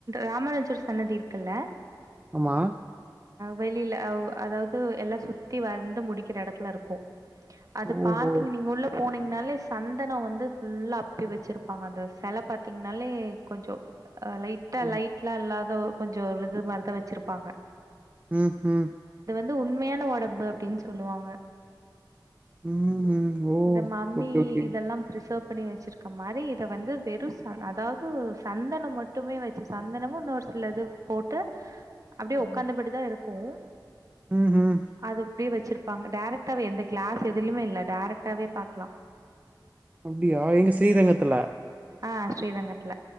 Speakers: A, on the right; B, on the right.
A: ராமானுஜர் சன்னதி இருக்குல்ல
B: ஆமா
A: வெளில அவ் அதாவது எல்லா சுத்தி வந்து முடிக்கிற எடத்துல இருக்கு அது
B: ஓஹோ
A: பாத்தீங்க நீங்க உள்ள போனிங்னாலே சந்தனம் வந்து ஃபுல்லா அப்பி வச்சிருப்பாங்க அந்த செல பாத்திங்கனாலே கொஞ்சோ அ லைட்டா
B: ம்
A: லைட்லா இல்லாத கொஞ்ச விழுகுற மாரிதா வச்சிருப்பாங்க
B: ம் ஹும்
A: இது உண்மையான ஒடம்பு அப்டின்னு சொல்லுவாங்க
B: ம் ம் ஓ
A: இந்த மம்மி
B: ஓகே ஓகே
A: இதெல்லா பிரிசர்வ் பண்ணி வச்சிருக்க மாரி இத வந்து வெறு ச அதாவது சந்தனோ மட்டுமே வச்சு சந்தனமு இன்னொரு சில இது போட்டு அப்டியே உக்காந்தபடிதா
B: ம்
A: இருக் க்கும்
B: ம் ம்
A: அது அப்டியே வச்சிருக் ப்பாங்க டைரக்டாவே எந்த கிளாஸ் எதுலுமே இல்ல டைரக்ட் ட்டாவே பாக்கலா
B: அப்டியா எங்க ஸ்ரீரங்கத்துல
A: ஆ ஸ்ரீரங்கத்துல